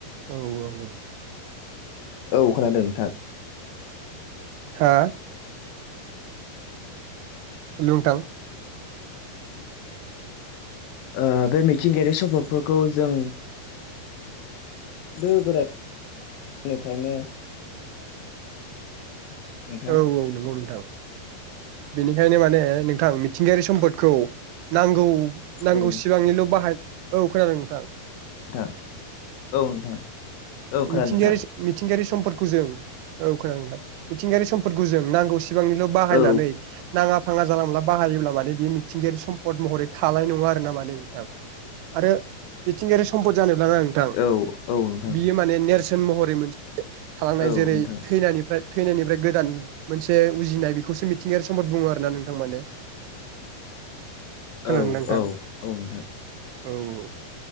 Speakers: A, on the right; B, on the left.
A: औ औ औ
B: औ खोनादों नोंथां
A: हा हेलौ नोंथां
B: ओ बे मिथिंगायारि स्पदफोरखौ जों गोदो गोदायनिफ्रायनो नोंथां
A: औ औ नंगौ नोंथां बेनिखायनो माने नोंथां मिथिंगायारि सम्पदखौ नांगौ नांगौ
B: औ
A: सिबांनिल' बाहाय औ खोनादों नोंथां
B: नोंथां औ नोंथां औ खोनादों
A: मिथिगायारि
B: नोंथां
A: मिथिंगायारि समफोरखौ जों औ खोनथां मिथिंगायारि समफोरखौ जों नांगौ सिबांनिल' बाहायनानै
B: औ
A: नाङा फाङा जालांब्ला बाहायोब्ला माने बे मिथिंगायारि सम्पद महरै थानाय नङा आरो ना माने बिथां आरो मिथिंगायारि सम्पद जानोब्ल ना नोंथां
B: औ औ नोंथां
A: बियो माने नेरसोन सोन महरै मोनसे थालांनाय
B: औ
A: जेरै
B: नोंथां
A: थैनायनिफ्राय थैनायनिफ्राय गोदान मोनसे उजिनाय बेखौसो मिथि मि थिंगायारि सम्पद बुङो आरो ना नोंथां माने खोनादोंना
B: औ
A: नोंथां
B: औ औ नोंथां
A: औ औ